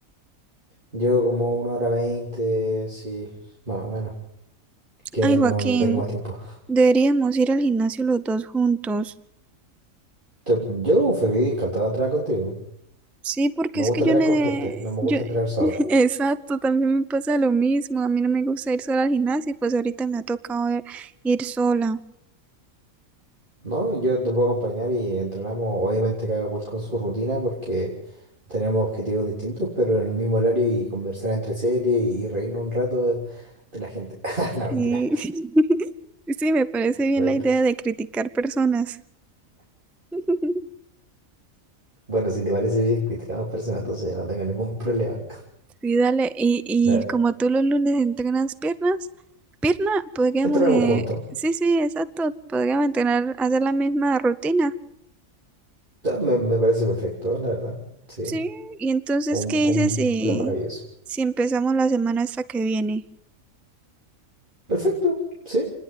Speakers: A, on the right; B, in the centre.
A: Yo como una hora veinte, sí, más o menos, que
B: Ay,
A: no,
B: Joaquín,
A: no tengo más tiempo.
B: deberíamos ir al gimnasio los dos juntos.
A: Te- Yo feliz, encantado de entrenar contigo.
B: Sí, porque
A: Me
B: es
A: gusta
B: que yo,
A: entrenar
B: ne-
A: con gente, no me
B: yo,
A: gusta entrenar solo.
B: <laughs> exacto, también me pasa lo mismo, a mí no me gusta ir sola al gimnasio, y pues ahorita me ha tocado ir ir sola.
A: No, yo te puedo acompañar y entrenamos, obviamente cada cual con su rutina porque tenemos objetivos distintos, pero en el mismo horario y conversar entre series y reírnos un rato de, de la gente. <laughs> No,
B: Sí,
A: mentira.
B: <laughs> sí, me parece bien
A: Reír.
B: la idea de criticar personas. <laughs>
A: Bueno, si te parece bien, criticamos personas, entonces yo no tengo ningún problema.
B: Sí, dale. Y, y
A: Da-
B: como tú los lunes entrenas piernas, pierna, podríamos,
A: Entrenamos
B: eh,
A: juntos.
B: sí, sí, exacto, podríamos entrenar, hacer la misma rutina.
A: Da- Me, me parece perfecto, la verdad. Sí,
B: Sí, y entonces,
A: un,
B: ¿qué
A: un
B: dices si,
A: plan maravilloso.
B: si empezamos la semana esta que viene?
A: Perfecto, sí.